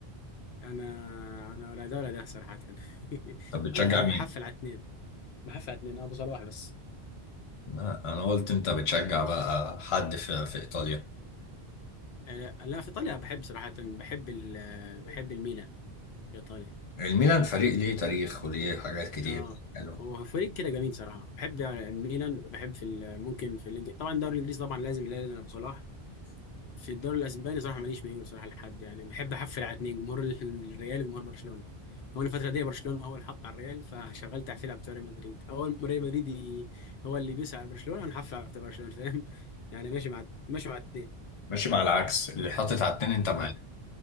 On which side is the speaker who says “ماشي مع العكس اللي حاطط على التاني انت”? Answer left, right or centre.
Left